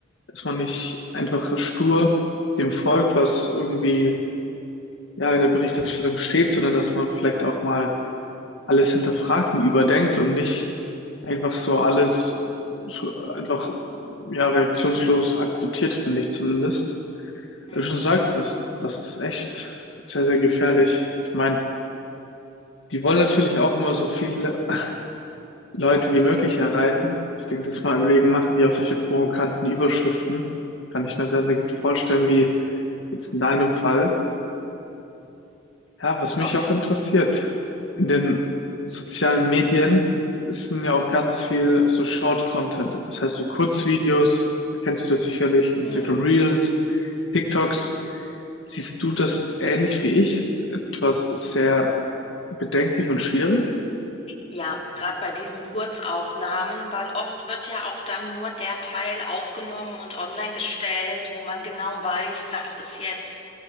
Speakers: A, on the left; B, on the left.
A: dass man nicht einfach stur dem folgt, was irgendwie ja in der Berichterstattung steht, sondern dass man vielleicht auch mal alles hinterfragt und überdenkt und nicht einfach so alles so einfach ja reaktionslos akzeptiert, finde ich zumindest.
B: Hm.
A: Wie du schon sagst, das ist, das ist echt sehr, sehr gefährlich. Ich meine, die wollen natürlich auch immer so viele <laughs> Leute wie möglich erreichen. Ich denke, das mal wegen machen die auch solche provokanten Überschriften. Kann ich mir sehr, sehr gut vorstellen, wie jetzt in deinem Fall. Ja, was
B: auf
A: mich auch interessiert, in den sozialen Medien sind ja auch ganz viel so Short-Content. Das heißt, so Kurzvideos, kennst du ja sicherlich, Instagram
B: Hm.
A: Reels, TikToks. Siehst du das ähnlich wie ich? Etwas sehr bedenklich und schwierig?
B: Ja, gerade bei diesen Kurzaufnahmen, weil oft wird ja auch dann nur der Teil aufgenommen und online gestellt, wo man genau weiß, das ist jetzt